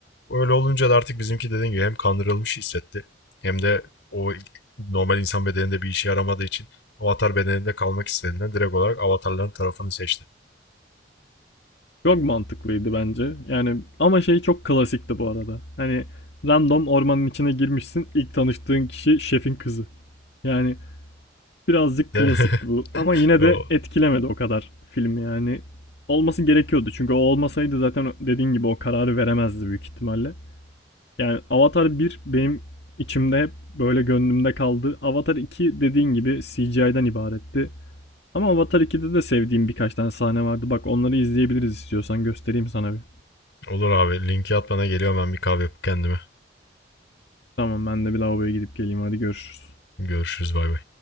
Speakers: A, on the left (about 85°); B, on the left (about 70°).
A: Öyle olunca da artık bizimki dediğin gibi hem kandırılmış hissetti hem de o normal insan bedeninde bir işe yaramadığı için avatar bedeninde kalmak istediğinden direkt olarak avatarların tarafını seçti.
B: Çok mantıklıydı bence. Yani ama şey çok klasikti bu arada. Hani random ormanın içine girmişsin. ilk tanıştığın kişi şefin kızı. Yani birazcık
A: De
B: klasikti bu
A: <laughs>
B: ama yine de
A: o.
B: etkilemedi o kadar film yani. Olması gerekiyordu çünkü o olmasaydı zaten dediğin gibi o kararı veremezdi büyük ihtimalle. Yani Avatar bir benim içimde hep böyle gönlümde kaldı. Avatar iki dediğin gibi CGI'den ibaretti. Ama Avatar iki'de de sevdiğim birkaç tane sahne vardı. Bak onları izleyebiliriz istiyorsan göstereyim sana bir.
A: Olur abi linki at bana geliyorum ben bir kahve yapıp kendime.
B: Tamam ben de bir lavaboya gidip geleyim hadi görüşürüz.
A: Görüşürüz bay bay.